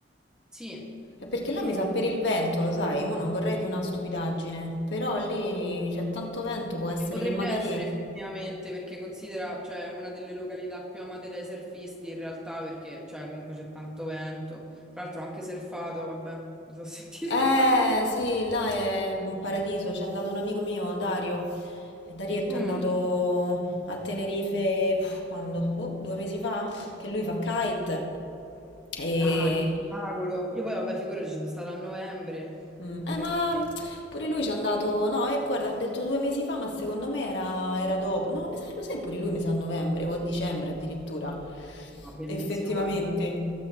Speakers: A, in the centre; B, on the left.
A: Sì,
B: è perché là
A: e-
B: mi sa per il vento, lo sai, mo non vorrei di una stupidaggine, però lì c'è tanto vento, può essere
A: Potrebbe
B: che magari...
A: essere effettivamente, perché considera, cioè, una delle località più amate dai surfisti in realtà, perché, cioè, comunque c'è tanto vento. Tra l'altro ho anche surfato, vabbè, mi sono <laughs> sentita
B: Eh
A: male.
B: sì, là è un paradiso, c'è andato un amico mio, Dario. E Darietto
A: Mm.
B: è andato a Tenerife, pff, quando? Boh, due mesi fa? Che lui fa kite. E...
A: Ah, che spettacolo! Io poi, vabbè, figurati, ci sono stata a novembre,
B: Mm,
A: incredibile.
B: eh, ma pure lui ci è andato, no, eh, guarda, hanno detto due mesi fa, ma secondo me era, era dopo. No, mi sa, lo sai pure lui, mi sa a novembre o a dicembre addirittura.
A: Ma bellissimo,
B: Effettivamente.
A: guarda.